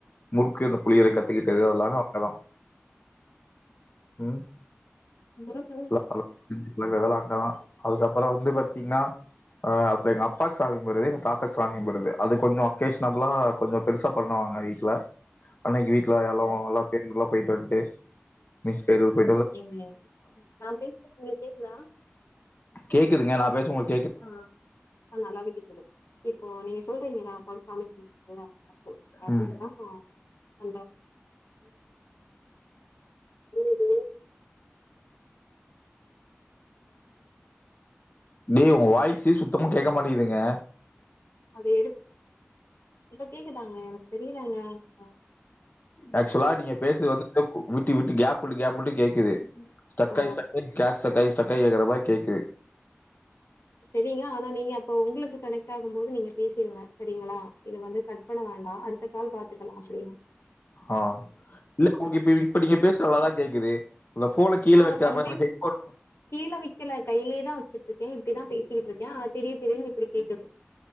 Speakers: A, on the left; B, on the left.
A: முறுக்கு அந்த புளியரை
B: ம்
A: கத்துக்கிட்டது அதெல்லாமே அங்கதான் ம்
B: குரூப்ல
A: ல்ல <inaudible> செஞ்சு பழகுனது அதெல்லாம் அங்கதான் அதுக்கப்புறம் வந்து பாத்தீங்கன்ன அப்ப எங்க அப்பாக்கு சாமி கும்புறது எங்க தாத்தாக்கு சாமி கும்புறது அது கொஞ்சோ அகேஷனபிளா கொஞ்சோ பெருசா பண்ணுவாங்க வீட்ல அன்னிக்கு வீட் ல எல்லாம்
B: ஓ
A: <inaudible> போய்ட்டு வன்டு மிச்ச பேரு போ
B: எங்கு நான் பேசுறனது உங்களுக்கு கேக்குதா
A: கேக்குதுங்க நான் பேசும் உங்களுக்
B: ஆஹ் அஹ் நல்லாவே கேக்குது இப்போ நீங்க சொல்றீங்க நா <unintelligible> சாமி கும்டு <inaudible> வருவிங்கனா
A: ம்
B: அந்த இது <inaudible> <inaudible>
A: டேய் உங்க வாய்சே சுத்தமா கேக்க மாட்டிதுங்க
B: அத எடு இப்ப கேக்குதாங்க எனக்கு தெரியலங்க <unintelligible>
A: ஆக்சுவலா நீங்க பேசுறது வந்து கு விட்டு விட்டு கேப் விட்டு கேப் விட்டு கேக்குது ஸ்டெப்
B: ஓ
A: by step case step by step கேக்குற மாரி கேக்குது
B: செரிங்க ஆனா நீங்க அப்போ உங்களுக்கு கனெக்ட் ஆகும் போது நீங்க பேசிருங்க செரிங்ளா இத வந்து கட் பண்ண வேண்டா அடுத்த கால் பாத்துக்லா அப்டினா
A: ஆஹ் இல்ல உங்களுக்கு இப்ப நீங்க பேசுறது நல்லாதா கேக்குது அந்த ஃபோன கீழ
B: ஆ
A: வைக்காம
B: சம்டைம்
A: அந்த ஹெட்போன்
B: கீழ வெக்கல கைலேதா வச்சிட்ருக்க இப்டிதா பேசிக்கிட்ருக்க அது திடிர் திடிர்னு இப்டி கேக்குது